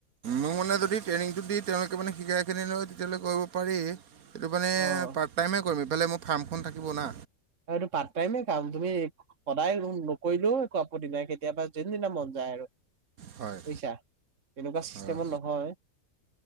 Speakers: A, on the right; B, on the right.
A: মোৰ মানে যদি ট্ৰেইনিংটো দি তেওঁলোক কিছুমানে শিকাই খিনি লয় তেতিয়াহলে কৰিব পাৰি। সিটো মানে
B: অ
A: পাৰ্ট টাইমে কৰিমি সেইফালে মোৰ ফাৰ্মখন থাকিব না
B: এইটো পাৰ্ট টাইমে কাম তুমি খ খ সদায় লোন নকৰিলেও একো আপত্তি নাই কেতিয়াবা যোনদিনা মন যায় তাইৰো
A: হয়
B: বুজিছা তেনেকুৱা চিষ্টেমত
A: হয়
B: নহয়